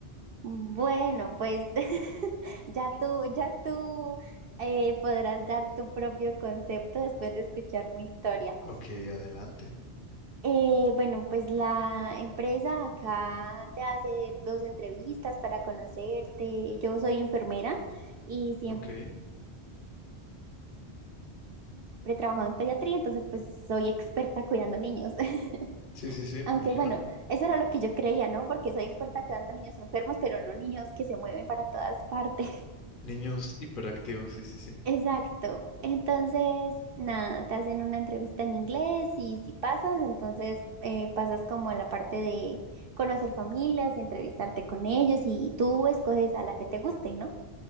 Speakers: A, on the right (about 60°); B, on the left (about 50°).
A: bueno, pues <laughs> ya tú, ya tú eh, podrás dar tu propio concepto después de escuchar mi historia.
B: Ok, adelante.
A: Eh, bueno, pues la empresa acá te hace dos entrevistas para conocerte. Yo soy enfermera y siempre
B: Ok.
A: he trabajado en pediatría, entonces pues soy experta cuidando niños. <laughs>
B: Sí, sí, sí, me
A: Aunque
B: imagino.
A: bueno, eso era lo que yo creía, ¿no? Porque soy experta cuidando niños enfermos, pero no niños que se mueven para todas partes.
B: Niños hiperactivos, sí, sí, sí.
A: Exacto. Entonces, nada, te hacen una entrevista en inglés y si pasas, entonces eh, pasas como a la parte de conocer familias y entrevistarte con ellos y tú escoges a la que te guste, ¿no?